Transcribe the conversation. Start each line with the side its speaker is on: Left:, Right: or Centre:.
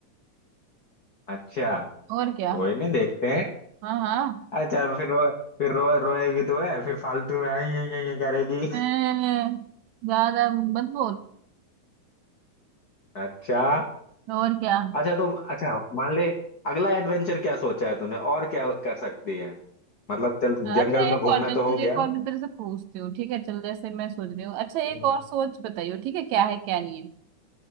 Left: अच्छा
Right: और क्या
Left: कोई नहीं देखते हैं
Right: हाँ हाँ
Left: अच्छा फिर रो फिर रो रोएगी तो है फिर फालतू में आई आई आई आई करेगी
Right: अं, ज्यादा मत बोल
Left: अच्छा
Right: और क्या
Left: अच्छा तुम अच्छा मान ले अगला एडवेंचर क्या सोचा है तूने और क्या कर सकती है मतलब चल
Right: हाँ,
Left: जंगल
Right: अच्छा
Left: में
Right: एक
Left: घूमना
Right: और चल
Left: तो
Right: तुझे
Left: हो
Right: एक
Left: गया
Right: और मैं तेरे से पूछती हूँ ठीक है चल जैसे मैं सोच रही हूँ अच्छा एक
Left: हम्म।
Right: और सोच बताइयो ठीक है क्या है क्या नहीं है